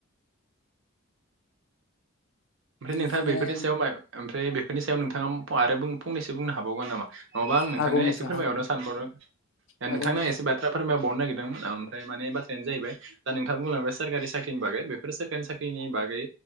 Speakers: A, on the right; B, on the left.
A: ओमफ्राय
B: बेनिफ्राय
A: नोंथाङा
B: माने
A: बेफोरनि सायाव ओमफ्राय बेफोरनि सायाव नोंथाङा आरो फंनैसो बुंनो हाबावगोन नामा नङाबा आं नोंथांनो
B: हागौ नोंथां
A: एसे फोरमायरनो
B: हागौ
A: सानबावदों दे
B: हागौ
A: नोंथांनो
B: नोंथां
A: एसे बाथ्रा फोरमायबावरनो नागिरदोंमोन आं ओमफ्राय मे बाथ्रानो जाहैबाय दा नोंथांङा बुंलांबाय सोरकारि साख्रिनि बागै बेफोरो सोरकारि साख्रिनि बागै